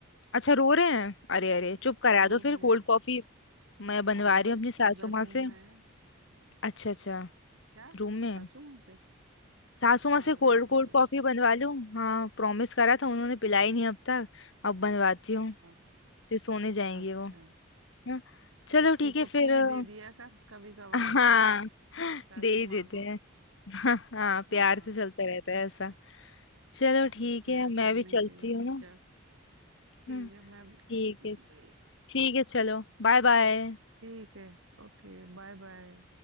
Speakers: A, on the left (about 55°); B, on the right (about 65°).
A: अच्छा रो रहे हैं अरे
B: हाँ
A: अरे चुप करा
B: रो
A: दो
B: रहे
A: फिर कोल्ड
B: हैं
A: कॉफी मैं
B: हाँ
A: बनवा रही
B: बस
A: हूँ अपनी सासू
B: उधर रूम
A: माँ से
B: में है
A: अच्छा अच्छा
B: क्या
A: रूम
B: सासू
A: में है।
B: माँ से
A: सासू माँ
B: हाँ
A: से कोल्ड
B: रूम
A: कोल्ड
B: में रो
A: कॉफी
B: रहा है
A: बनवा लूँ हाँ प्रॉमिस करा था उन्होंने पिलाई नहीं अब तक अब बनवाती हूँ
B: हाँ
A: फिर सोने जाएंगे
B: अच्छा
A: वो हाँ चलो
B: अच्छी
A: ठीक है
B: पप्पी
A: फिर अ,
B: भी दे दिया कर कभी कभार
A: हाँ
B: सासू
A: दे ही देते
B: माँ को
A: हैं हाँ हाँ,
B: हाँ
A: प्यार तो चलता रहता है ऐसा चलो
B: हाँ
A: ठीक
B: प्यार
A: है
B: चलनी
A: मैं भी
B: चाहिए
A: चलती हूँ ना
B: चल ठीक
A: हम्म,
B: है मैं भी चलती
A: ठीक है
B: हूँ भाई
A: ठीक है चलो बाय बाय
B: ठीक है Okay bye bye